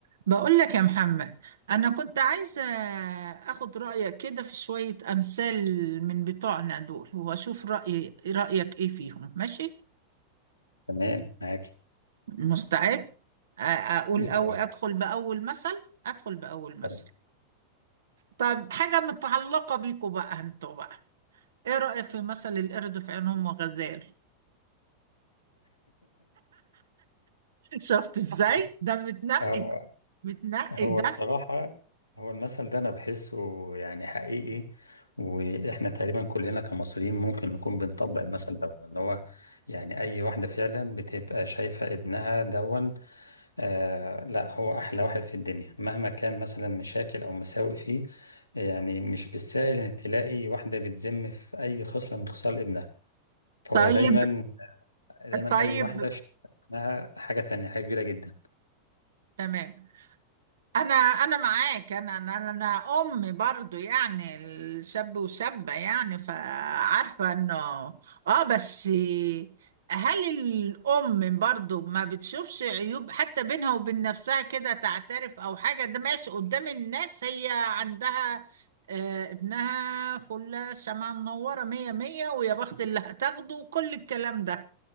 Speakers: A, on the right; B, on the left.
A: بقول لك يا محمد أنا كنت عايزة أخد رأيك كده في شوية أمثال من بتوعنا دول وأشوف رأي رأيك إيه فيهم ماشي
B: تمام معاك
A: مستعد أ- أقول
B: جاهز.
A: أو أدخل بأول مثل أدخل بأول مثل
B: طب
A: طب حاجة متعلقة بيكوا بقى أنتوا بقى إيه رأيك في مثل القرد في عين أم غزال <laughs> شفت إزاي
B: بص،
A: ده متنقي
B: هو
A: متنقي
B: هو
A: ده
B: بصراحة هو المثل ده أنا بحسه يعني حقيقي وإحنا تقريبا كلنا كمصريين ممكن نكون بنطبق المثل ده اللي هو يعني أي واحدة فعلا بتبقى شايفة ابنها دون آه لا هو أحلى واحد في الدنيا مهما كان مثلا مشاكل أو مساوئ فيه يعني مش بالسهل إنك تلاقي واحدة بتذم في أي خصلة من خصال ابنها فهو
A: طيب
B: دايما دايما
A: طيب
B: أي واحدة شايفة ابنها حاجة تانية حاجة كبيرة جدا
A: تمام انا انا معاك انا انا انا أنا ام برضو يعني الشاب وشابة يعني فعارفة انه اه بس هل الام برضو ما بتشوفش عيوب حتى بينها وبين نفسها كده تعترف او حاجة ده ماشي قدام الناس هي عندها آه ابنها فلة شمعة منورة مية مية ويا بخت اللي هتاخده وكل الكلام ده